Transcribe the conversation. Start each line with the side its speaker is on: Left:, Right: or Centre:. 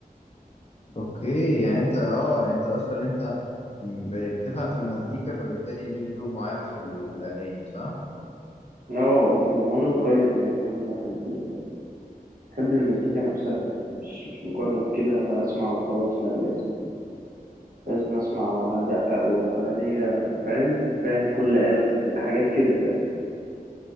Left: أوكي يعني أنت أه يعني أنت أصلا أنت ب- بتفهم في المزيكا فبالتالي ليك ذوق معين في, ال- في الأغاني صح؟
Right: اه اه من وأنا صغير يعني أنا بحب ال... بحب المزيكا نفسها يعني مش مش مجرد كده أسمع وخلاص لأ لازم لازم أسمع وأدقق وأبقى ليا فاهم فاهم كل آلة بتت... حاجات كده فاهم